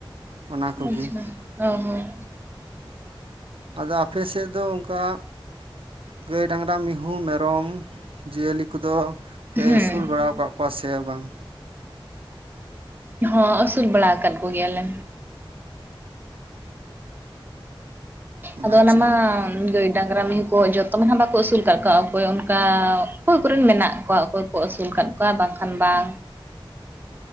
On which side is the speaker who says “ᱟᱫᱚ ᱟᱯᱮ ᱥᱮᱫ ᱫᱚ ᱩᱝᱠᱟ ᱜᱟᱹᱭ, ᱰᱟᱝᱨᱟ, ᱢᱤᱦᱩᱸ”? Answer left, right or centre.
Right